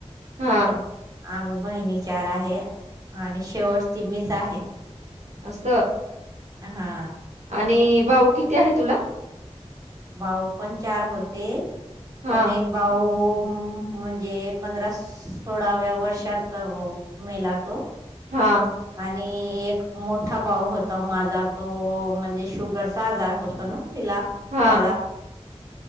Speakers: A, on the right (about 85°); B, on the right (about 30°).
A: हा
B: आम्ही बहिणी चार आहे आणि शेवटची मीच आहे.
A: अस
B: हा
A: आणि भाऊ किती आहे तुला?
B: भाऊ पण चार होते
A: हा
B: पण एक भाऊ म्हणजे पंधरा सोळाव्या वर्षात मेला तो
A: हा
B: आणि एक मोठा भाऊ होता माझा तो म्हणजे शुगरचा आजार होतो ना तिला
A: हा
B: त्याला